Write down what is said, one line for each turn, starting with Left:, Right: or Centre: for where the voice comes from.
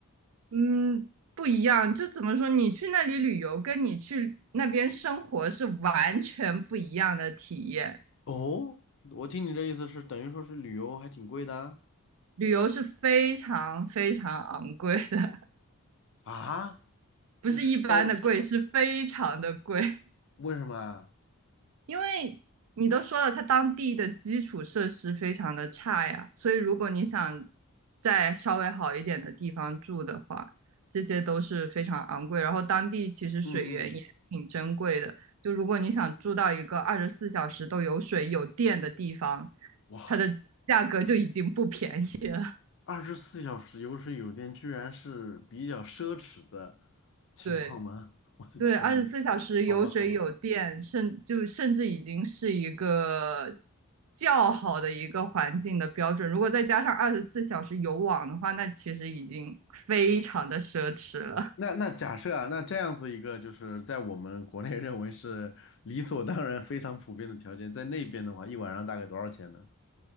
Right: 嗯，不一样，就怎么说？你去那里旅游，跟你去那边生活是完全不一样的体验。
Left: <laughs> 哦，我听你这意思是等于说是旅游还挺贵的啊？
Right: 旅游是非常非常昂贵的，
Left: 啊，
Right: <laughs> 不是一般的贵，
Left: 那是哦，
Right: 是非常的贵。
Left: 为什么啊？
Right: 因为你都说了，它当地的基础设施非常的差呀，所以如果你想在稍微好一点的地方住的话，这些都是非常昂贵。然后当地其实水源也挺珍贵的，
Left: 嗯嗯，
Right: 就如果你想住到一个二十四小时都有水有电的地方，
Left: 哇，
Right: 它的价格就已经不便宜了。
Left: 二十四小时有水有电，居然是比较奢侈的情况吗？
Right: 对。
Left: <laughs> 我的天呐，
Right: 对，二十四小时有水有电，
Left: 好吧好吧。
Right: 甚就甚至已经是一个较好的一个环境的标准。如果再加上二十四小时有网的话，那其实已经非常的奢侈了，
Left: 那那假设啊，那这样子一个就是在我们国内认为是理所当然、非常普遍的条件，在那边的话，一晚上大概多少钱呢？